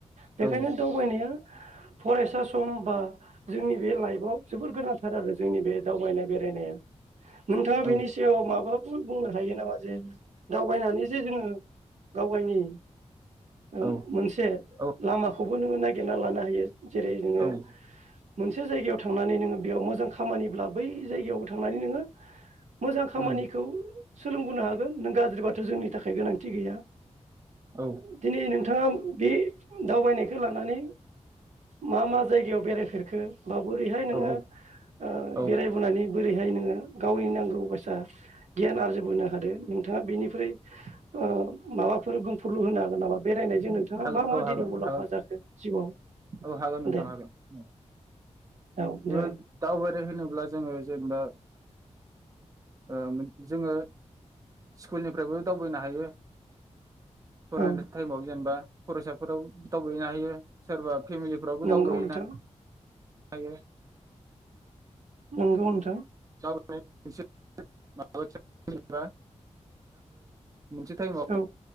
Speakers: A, on the right; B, on the right.
A: औ
B: बेखायनो
A: उम
B: दावबायनाया फरायसा सम बा जोंनि बे लाइफाव जोबोर गोनांथार आरो जोंनि बे दावबायनाय बेरायनाया नोंथाङा बिनि
A: औ
B: सायाव माबा बुंनो हायो नामा जे दावबायनानै जे जोङो गाव गावनि ओ
A: औ
B: मोनसे
A: औ
B: लामाखौ बो नोङो नागिरना लानो हायो जेरै जोङो
A: औ
B: मोन से जायगायाव थांनानै नोंङो बेयाव मोजां खामानिब्ला बै जायगायावबो थांनानै नोङो मोजां खामानिखौ
A: उम औ
B: सोलोंबोनो हागोन नों गाज्रि बाथ' जोंनि थाखाय गोनांथि गैया
A: औ
B: दिनै नोंथाङा बे दावबायनायखो लानानै मा मा जायगायाव बेरायफेर खो माबोरैहाय नोङो
A: औ
B: ओ
A: औ
B: बेराय बोनानै बोरैहाय नोङो गावनि नांगौ बायसा गियान आरजिबोनो हादो नों थाङा बेनिफ्राय ओ माबाफोर बुंफुरलु होनो गोन नामा बे रायनायजों नोंथाङा
A: हागोन
B: मा मा
A: औ हागोन
B: दिनै मुलाम्फा
A: हागोन
B: जाखो जिउआव
A: औ हागोन नोंथां
B: दे
A: हागोन उम
B: औ
A: ओ
B: जागोन
A: दावबायारि होनो ब्ला जोङो जेनबा ओ मोन जोङो स्कुलनिफ्रायबो दावबायनो हायो फरायनाय
B: औ
A: टाइमाव जेनेबा फरायसाफोराव दाव <unintelligible> फेमिलिफ्रावबो
B: नंगौ
A: दावबायहैनाय
B: नोंथां
A: <unintelligible>
B: नोंगौ नोंथां।
A: <unintelligible> आङो मोनसे टाइमाव
B: औ